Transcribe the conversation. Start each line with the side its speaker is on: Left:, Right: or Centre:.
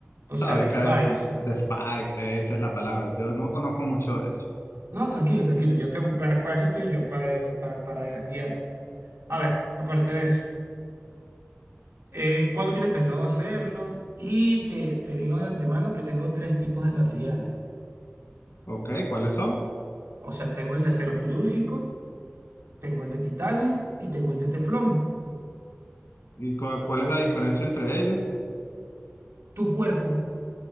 Right: O
Left: Sabes
Right: sea, de
Left: que
Right: Spice.
Left: de Spice, esa es la palabra. Yo no conozco mucho de eso.
Right: No, tranquilo, tranquilo. Yo te, para, para eso estoy yo, para, para, para guiarte. A ver, aparte de eso, eh, ¿cuándo tienes pensado hacerlo? Y te, te digo de antemano que tengo tres tipos de materiales.
Left: Ok, ¿cuáles son?
Right: O sea, tengo el de acero quirúrgico Tengo el de titanio y tengo el de teflón.
Left: ¿Y cua- cuál es la diferencia entre ellos?
Right: Tu cuerpo.